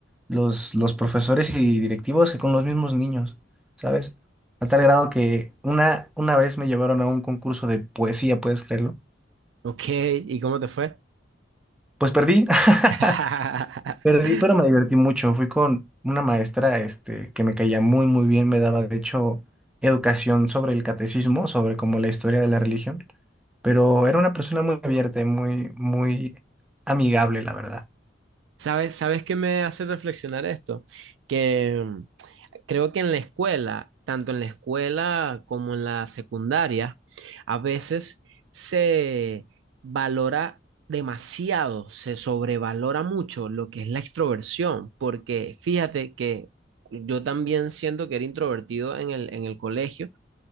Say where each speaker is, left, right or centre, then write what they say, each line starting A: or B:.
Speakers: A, in the centre; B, on the right.
A: los, los profesores y directivos que con los mismos niños, ¿sabes? A
B: Sí.
A: tal grado que una, una vez me llevaron a un concurso de poesía, ¿puedes creerlo?
B: Ok, ¿y cómo te fue?
A: Pues perdí. <laughs>
B: <laughs>
A: Perdí, pero me divertí mucho. Fui con una maestra, este, que me caía muy, muy bien. Me daba, de hecho, educación sobre el catecismo, sobre como la historia de la religión. Pero era una persona muy abierta y muy, muy amigable, la verdad.
B: ¿Sabes, sabes qué me hace reflexionar esto? Que mm, creo que en la escuela, tanto en la escuela como en la secundaria, a veces se valora demasiado, se sobrevalora mucho lo que es la extroversión, porque fíjate que yo también siento que era introvertido en el, en el colegio.